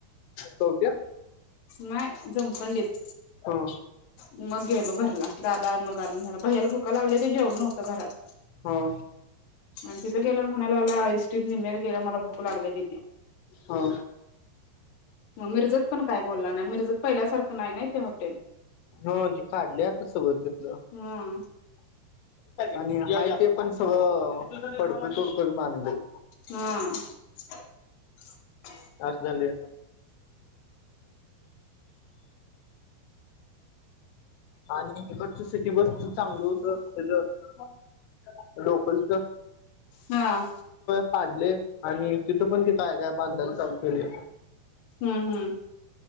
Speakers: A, on the left; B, on the left.
A: चव
B: नाही, जमखंडीत.
A: हां,
B: मग गेलो घरला, दादा मग आलं न्यायला. भय्याला भुका लागल्या होत्या. जेवलो नव घरात.
A: ह
B: आणि तिथं गेल्यावर म्हणायला लागला इष्टीत निम्यात गेल्यावर मला भूक लागल्या दिदी.
A: ह
B: मग मिरजत पण काय बोलला नाही. मिरजत पहिल्यासारखं नाही ना ते हॉटेल?
A: हा ती काढली आता सगळ तिथलं.
B: हम्म
A: आणि ते पण सगळं पडकू तुड कूड बांदलय
B: हा <inaudible>
A: असलं. आणि तिकडचं स सिटी बसच चांगल होत त्याच, लोकलच
B: हां.
A: काढले आणि तिथं पण ते काय, काय, बांधायला. चालु केले.
B: हु हु!